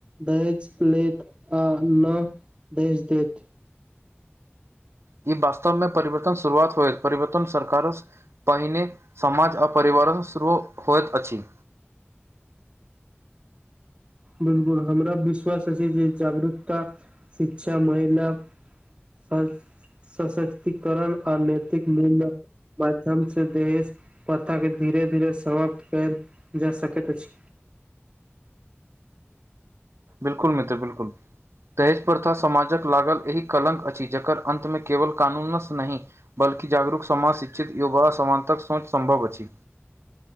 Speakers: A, on the right (about 25°); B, on the right (about 80°).
A: दहेज लेत आ ना दहेज देत
B: ई वास्तवमे परिवर्तन शुरुआत होइ परिवर्तन सरकार स पहिने समाज आ परिवारो शुरू होइत अछि
A: बिलकुल हमरा विश्वास अछि जे जागरूकता शिक्षा महिला स सशक्तिकरण आ नैतिक मूल्य माध्यम से देश प्रथा के धीरे धीरे समाप्त कैल जैत सकैत अछि
B: बिलकुल मित्र बिलकुल दहेज प्रथा समाजक लागल एहि कारण अछि जकर अन्तमे केवल कानूनसँ नहि बलकि जागरूक समाज शिक्षित युवा सानतक सोच संभव अछि